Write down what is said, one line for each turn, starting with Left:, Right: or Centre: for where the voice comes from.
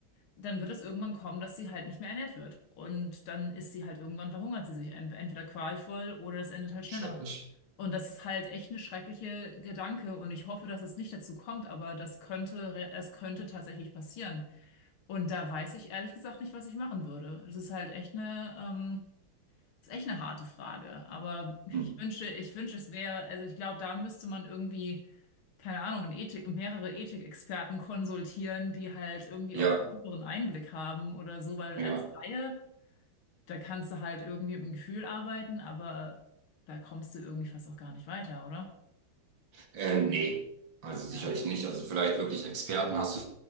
Left: dann wird es irgendwann kommen, dass sie halt nicht mehr ernährt wird. Und dann ist sie halt irgendwann verhungert sie sich ent- entweder qualvoll oder das endet halt schneller.
Right: Schrecklich.
Left: Und das ist halt echt eine schreckliche Gedanke und ich hoffe, dass es nicht dazu kommt, aber das könnte, re- es könnte tatsächlich passieren. Und da weiß ich ehrlich gesagt nicht, was ich machen würde. Es ist halt echt eine, ähm, ist echt eine harte Frage. Aber <laughs> ich
Right: Hm.
Left: wünsche, ich wünsche, es wäre, also ich glaube, da müsste man irgendwie keine Ahnung, in Ethik, mehrere Ethikexperten konsultieren, die halt irgendwie
Right: Ja,
Left: auch tieferen Einblick haben oder so, weil
Right: ja.
Left: als Laie, da kannst du halt irgendwie mit dem Gefühl arbeiten, aber da kommst du irgendwie fast auch gar nicht weiter, oder?
Right: Äh, nee, also sicherlich
Left: Ja.
Right: nicht. Also vielleicht wirklich Experten hast du